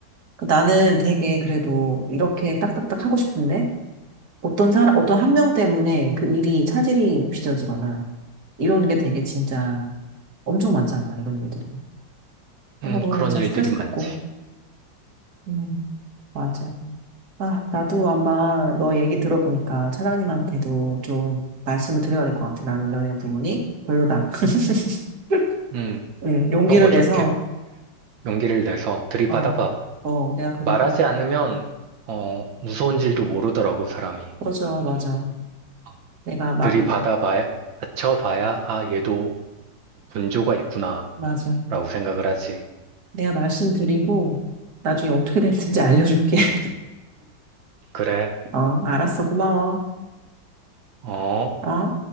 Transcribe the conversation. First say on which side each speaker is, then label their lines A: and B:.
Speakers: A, on the right (about 55°); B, on the right (about 85°).
A: 그 나는 되게 그래도 이렇게 딱딱딱 하고 싶은데 어떤 사람, 어떤 한 명 때문에 그 일이 차질이 빚어지거나 이러는 게 되게 진짜 엄청 많잖아, 이런 애들이. 그런
B: 음,
A: 거 보면
B: 그런
A: 진짜
B: 일들이
A: 스트레스
B: 많지.
A: 받고. 음, 맞아. 아, 나도 아마 너 얘기 들어보니까 차장님한테도 좀 말씀을 드려야 될 것 같아. 나는 이런 이런 부분이 별로다. <laughs>
B: 음.
A: 응, 용기를
B: 그런 거 좋게
A: 내서,
B: 용기를 내서 들이받아봐.
A: 어, 어, 내가 그러고,
B: 말하지 않으면 어, 무서운 줄도 모르더라고 사람이.
A: 맞아, 맞아.
B: 어,
A: 내가, 마,
B: 들이받아봐야
A: 내,
B: 받쳐봐야 아 얘도 분조가 있구나라고
A: 맞아.
B: 생각을 하지.
A: 내가 말씀드리고, 나중에 어떻게 됐는지 알려줄게. <laughs>
B: 그래.
A: 어, 알았어. 고마워.
B: 어.
A: 어?